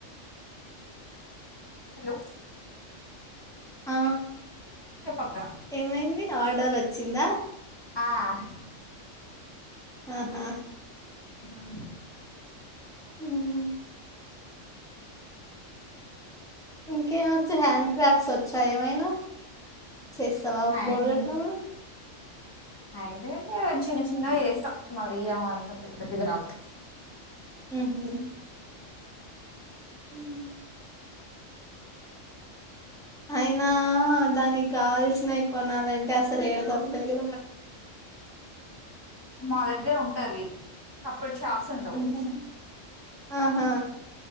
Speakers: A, on the left; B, in the centre.
A: హలో
B: ఆ
A: చెప్పక్క
B: ఏమైంది ఆర్డర్ అచ్చిందా
A: ఆహ్
B: ఆహా
A: హ్మ్
B: ఉహు ఇంకేమొచ్చు హ్యాండ్ క్రాఫ్ట్స్ వచ్చా ఏమైనా చేస్తావా ఒ బోరు
A: అండ్
B: కొట్టినప్పుడు
A: హ్యాండ్ అంటే చిన్న చిన్నగ చేస్తా మరి ఏమ అంత పెద్ద పెద్దగా రావు
B: ఉహుమ్ ఉం అయినా దానికి కావాల్సినవి కొనాలంటే అసలు ఏడ దొర్కుతయో
A: మా దగ్గర ఉంటది పప్పెట్ షాబ్స్ ఉండవ్
B: ఉంటాయి. ఆహా